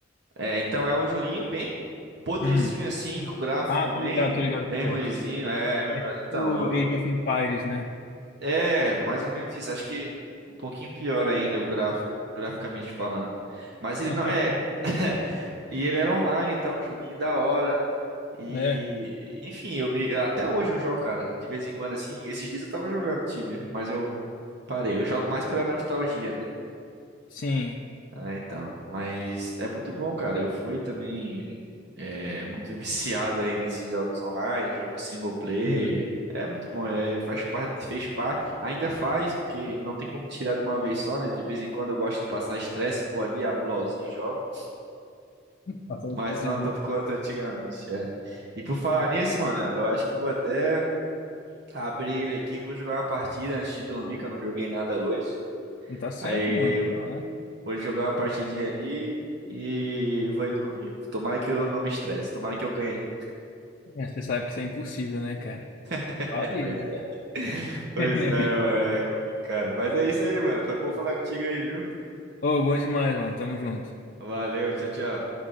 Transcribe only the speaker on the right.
É, então é um joguinho bem podrezinho
assim, com gráfico
bem,
bem
ruinzinho. É,
então, eu
É, mais ou menos isso. Acho que um pouquinho pior ainda o gráfico, graficamente falando. Mas ele
não é. <laughs> E ele era online, tá um joguinho da hora. E
enfim, eu me... até hoje eu jogo, cara, de vez em quando assim. Esses dias eu tava jogando Tibia, mas eu parei. Eu jogo mais pela nostalgia, né?
Ah, então. Mas é muito bom, cara. Eu fui também é, muito <laughs> viciado aí nesses jogos online, jogos single player.
É muito bom, é, faz parte, fez parte, ainda faz, porque não tem como tirar de uma vez só, né? De vez em quando eu gosto de passar estresse, vou ali, abro o LOLzinho e jogo,
mas
não tanto quanto antigamente, é. E por falar nisso, mano, eu acho que eu vou até abrir ele aqui, vou jogar uma partida antes de dormir, que eu não joguei nada hoje.
Aí
Vou jogar uma partidinha ali e vou ir dormir. Tomara que eu não me estresse, tomara que eu ganhe.
<laughs>
É,
pois
é. Pois
é, mano, é complicado. Mas é isso aí, mano. Foi bom falar contigo aí, viu?
Valeu, tchau, tchau.